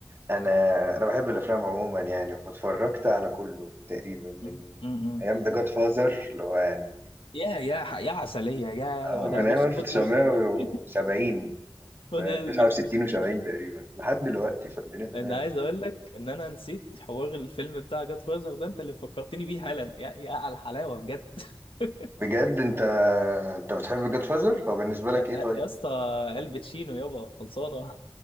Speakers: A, on the right (about 25°); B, on the left (about 85°).
A: انا انا بحب الافلام عموما يعني فاتفرجت على كله تقريبا من
B: م- م-
A: من
B: م.
A: ايام ذا جاد فازر اللي هو يعني
B: يا يا ح- يا عسلية يا
A: اه
B: ده
A: من
B: بص
A: ايام 1970
B: خد قلبي <laughs> خد قلبي
A: 69 و70 تقريبا لحد دلوقتي فالدنيا تمام
B: انا عايز
A: يعني
B: اقول لك ان انا نسيت حوار الفيلم بتاع جاد فازر ده انت اللي فكرتني بيه حالا يا يا على الحلاوة بجد <laughs>
A: بجد انت انت بتحب جاد فازر هو بالنسبه لك
B: يا
A: ايه طيب
B: يا اسطى الباتشينو يابا خلصانة